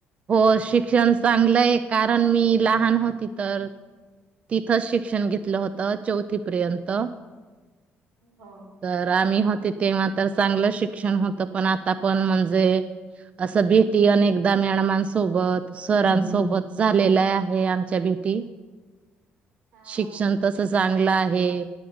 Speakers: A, on the right (about 30°); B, on the right (about 80°).
A: हो शिक्षण चांगलंय कारण मी लहान होती. तर तिथंच शिक्षण घेतलं होतं चौथीपर्यंत.
B: हो
A: तर आम्ही होत. ते तेव्हा तर चांगलं शिक्षण होत. तर पण आता पण म्हणजे असं भेटी अनेकदा म्याडमांसोबत सरांसोबत
B: बर
A: झालेल्या. हे आमच्या भेटी.
B: हा
A: शिक्षण तस चांगलं. शला आहे.